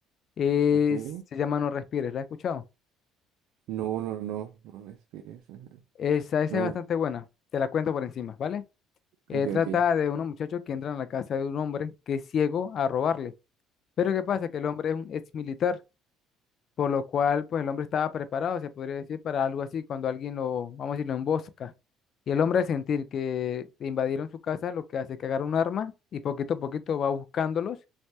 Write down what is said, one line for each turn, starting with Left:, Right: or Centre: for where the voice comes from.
Left: Es-
Right: ok.
Left: se llama No Respires, ¿la has escuchado?
Right: No, no, no, no me inspires, ajá.
Left: Esa, esa
Right: No,
Left: es bastante buena, te la cuento por encima, ¿vale? Eh,
Right: ok,
Left: trata
Right: ok.
Left: de unos muchachos que entran a la casa de un hombre que es ciego a robarle, pero ¿qué pasa? Que el hombre es un ex militar Por lo cual, pues el hombre estaba preparado, se podría decir, para algo así, cuando alguien lo, vamos a decir, lo embosca. Y el hombre al sentir que invadieron su casa, lo que hace es que agarra un arma y poquito a poquito va buscándolos